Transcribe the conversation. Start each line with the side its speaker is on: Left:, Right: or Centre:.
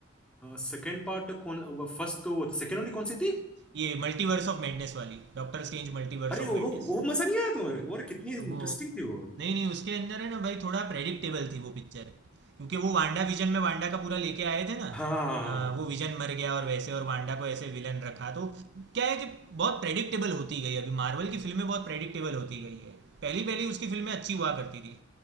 Centre: सेकंड पार्ट कौन फर्स्ट तो वो सेकंड वाली कौन सी थी
Right: ये मल्टीवर्स ऑफ मैडनेस वाली Doctor Strange Multiverse
Centre: अरे
Right: of
Centre: वो
Right: Madness
Centre: वो मजा नहीं आया तुम्हें और कितनी इंटरेस्टिंग
Right: तो वो
Centre: थी वो
Right: नहीं नहीं उसके अंदर है ना भाई थोड़ा प्रेडिक्टेबल थी वो पिक्चर क्योंकि वो वांडा विजन में वांडा का पूरा लेके आए थे ना
Centre: हाँ
Right: अ, वो विजन मर गया और वैसे और वांडा को ऐसे विलन रखा तो क्या है कि बहुत प्रेडिक्टेबल होती गई अभी मार्वल की फिल्में बहुत प्रेडिक्टेबल होती गई है पहली पहली उसकी फिल्में अच्छी हुआ करती थी